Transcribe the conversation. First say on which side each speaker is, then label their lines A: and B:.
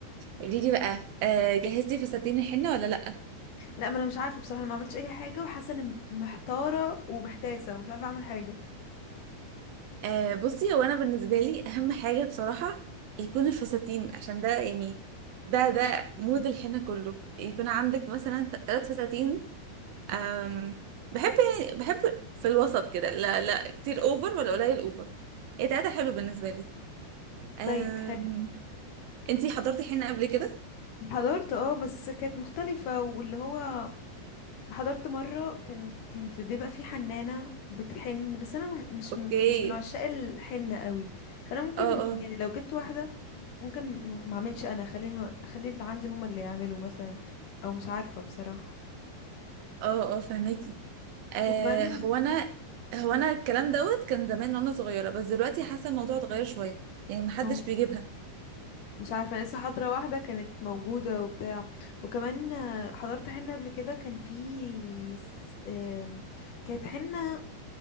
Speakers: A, on the right; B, on the left.
A: قولي لي بقى آه جهزتي فساتين الحنه ولا لا
B: لا ما انا مش عارفه بصراحه انا ما عملتش اي حاجه وحاسه اني م- محتاره ومحتاسه ومش عارفه اعمل حاجه
A: آه بصي هو انا بالنسبه لي اهم حاجه بصراحه يكون الفساتين عشان ده يعني ده ده مود الحنه كله يكون عندك مثلا ثلاث فساتين آم بحب يعني بحب في الوسط كده لا لا كتير اوفر ولا قليل اوفر ايه تلاته حلو بالنسبه لي آم
B: طيب حلو
A: انتي حضرتي حنه قبل كده
B: حضرت اه بس كانت مختلفه واللي هو حضرت مرة كان كان في بيبقى في حنانة بتحن بس انا مش
A: اوكي
B: م- مش من عشاق الحنة قوي فانا ممكن
A: اه اه
B: يعني لو جبت واحدة ممكن م- ما اعملش انا اخلي اخلي اللي عندي هما اللي يعملوا مثلا او مش عارفة بصراحة
A: اه اه فهماكي آه
B: وكمان
A: هو انا هو انا الكلام دوت كان زمان وانا صغيره بس دلوقتي حاسه الموضوع اتغير شويه يعني محدش
B: او
A: بيجيبها
B: مش عارفة أنا لسه حاضرة واحدة كانت موجودة وبتاع وكمان آه، حضرت حنة قبل كده كان في س- آم، كانت حنة